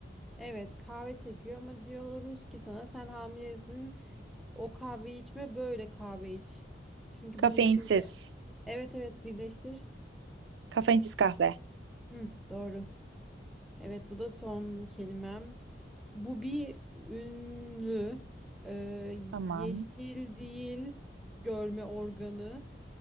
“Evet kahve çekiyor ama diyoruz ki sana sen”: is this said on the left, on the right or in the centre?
Centre